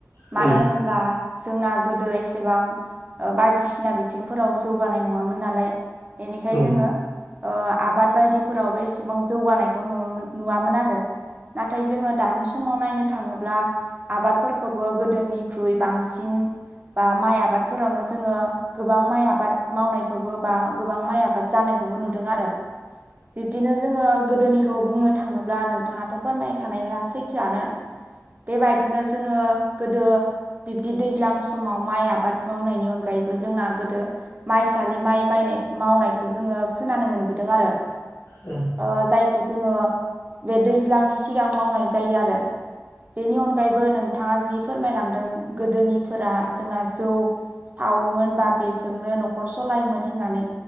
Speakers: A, on the left (about 75°); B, on the right (about 30°).
A: औ
B: मानो होनोब्ला जोंना गो - दो एसेबां ओ बायदिसिना बिथिंफोराव जौगानाय नङामोन नालाय बेनिखाय
A: खोनादों
B: जोङो ओ आबाद बायदिफोरावबो एसेबां जौगानायखौ नुम नुवामोन आरो नाथाय जोङो दानि समाव नायनो थाङोब्ला आबादफोरखौबो गोदोनिख्रुइ बांसिन बा माइ आबादफोरावनो जोङो गोबां माइ आबाद मावनायखौबो बा गोबां माइ आबाद जानायखौबो नुदों आरो बिबदिनो जोङो गोदोनिखौ बुंनो थाङोब्ला नोंथाङाथ' फोरमायखानाया सैथोआनो बेबायदिनो जोङो गोदो बिब्दि दैज्लां समाव माइ आबाद मावनायनि अनगायैबो जोंना गोदो माइसालि माइ माइनाय मावनायखौ जोङो खोनानो मोनबोदों आरो।
A: <inaudible>
B: ओ जायखौ जोङो बे दैज्लांनि सिगां मावनाय जायो आरो। बेनि अनगायैबो नोंथाङा जि फोरमायलांदों गोदोनि फोरा जोंना जौ सावोमोन बा बेजोंनो न'खर सलायोमोन होननानै